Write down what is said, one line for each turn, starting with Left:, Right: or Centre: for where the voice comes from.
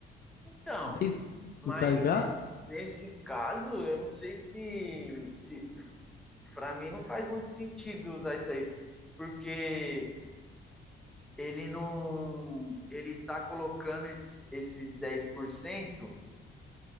Centre: Então,
Left: Desde o início,
Centre: mas
Left: tá ligado?
Centre: nesse, nesse caso, eu não sei se, se. Pra mim não faz muito sentido usar isso aí, porque ele não. Ele tá colocando es- esses dez por cento